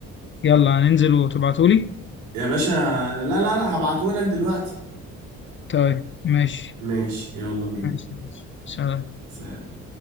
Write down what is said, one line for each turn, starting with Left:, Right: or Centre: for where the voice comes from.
Left: يلا هننزل وتبعتهولي
Right: يا باشا لا لا لا هبعتهولك دلوقتي
Left: طيب ماشي
Right: ماشي يلا بينا
Left: ماشي ماشي. سلام
Right: سلام